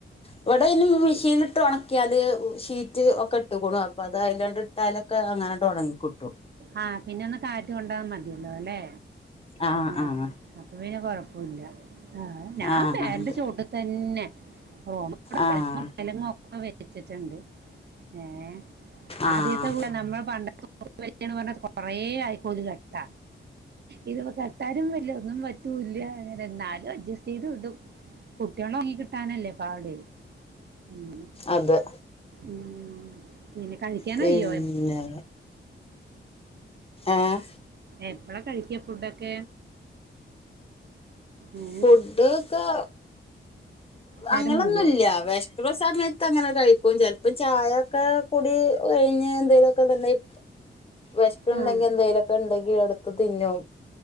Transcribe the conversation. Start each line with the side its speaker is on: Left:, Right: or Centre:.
Left: ഇവിടയ്ന് മെഷീല്ട്ട് ഒണക്കിയാല് ഷീറ്റ് ഒക്കെട്ട്കുണു അപ്പതായ്ല്ലാണ്ട് ട്ടാലൊക്ക അങ്ങനണ്ട് ഒണങ്ങി കിട്ടും
Right: ആഹ് പിന്നൊന്ന് കാറ്റ് കൊണ്ട മതിയല്ലോലെ
Left: ആഹ്
Right: ഏഹ്
Left: ആഹ്
Right: അപ്പൊ പിന്നെ കൊഴപ്പൂല്ല ആഹ് ഞാൻ
Left: ആഹ്
Right: ഫേന്റെ
Left: അതെ
Right: ചോട്ട് തന്നെ റോമലങ്ങനെ
Left: ആഹ്
Right: തലങ്ങു വെലങ്ങും വച്ചിട്ടുണ്ട് ഏഹ്
Left: ആഹ്
Right: ആദ്യത്തെ നമ്മളെ പണ്ടതെ സൊ കൊറെ അയ്ക്കോല് കെട്ട ഇത്പ്പോ കെട്ടാനും വല്ല്യഒന്നും പറ്റൂല്യ എനെന്നാലും അഡ്ജസ്റ്റ് ചെയ്ത് വിടും കുട്ട്യാൾ ഒറ്ങ്ങി കിട്ടാനല്ലേ പാട് ഉഹ്
Left: അതെ
Right: ഉം പിന്നെ കഴിക്കാനായ്യോ
Left: പിന്നെ ഏഹ്
Right: എപ്പളാ കഴിക്ക ഫുഡൊക്കെ? ഏ
Left: ഫുഡ്‌ക്കെ
Right: നേരം
Left: അങ്ങനൊന്നുല്ല്യ
Right: മുഴുകുവോ
Left: വെശ് ചെല സമയത്തങ്ങനെ കഴിക്കും ചെലപ്പം ചായക്കെകുടി കഴിഞ്ഞ് എന്തെലൊക്കെ വെ വെശ്ക്കണ്ടെങ്കി
Right: ആ
Left: എന്തെലൊക്കെ ണ്ടെങ്കി എടുത്ത് തിന്നും